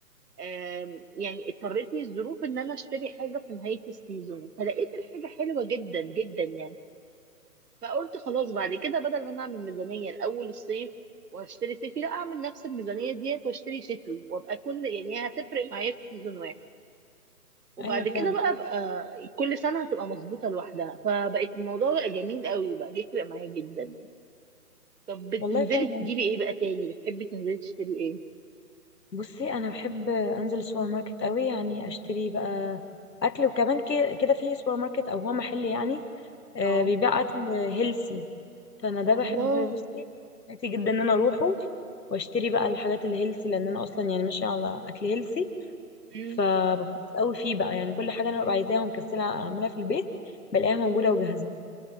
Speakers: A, on the right; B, on the left.
A: آم، يعني اضطرتني الظروف ان انا اشتري حاجه في نهايه السيزون فلقيت الحاجه حلوه جدا جدا يعني فقلت خلاص بعد كده بدل ما انا اعمل ميزانيه الاول الصيف واشتري صيفي لا اعمل نفس الميزانيه ديت واشتري شتوي وابقى كل يعني هتفرق معايا في سيزون واحد وبعد
B: ايوه فعلا
A: كده بقى بقى كل سنة هتبقى مظبوطة لوحدها فبقت الموضوع بقى جميل قوي بقى بيفرق معايا جدا طب بتنزلي
B: والله فعلا
A: تجيبي ايه بقى تاني بتحبي تنزلي تشتري ايه
B: بصي انا بحب انزل السوبر ماركت قوي يعني اشتري بقى اكل وكمان ك- كده في سوبر ماركت او هو محل يعني آه،
A: اه
B: بيبيع اكل هيلسي فانا ده بحب
A: الله
B: بصي حياتي جدا ان انا اروحه واشتري بقى الحاجات الهيلسي لان انا اصلا يعني ماشيه على اكل هيلسي
A: مم.
B: فببسط قوي فيه بقى يعني كل حاجه انا ببقى عايزاها ومكسله اعملها في البيت بلاقيها موجوده وجاهزه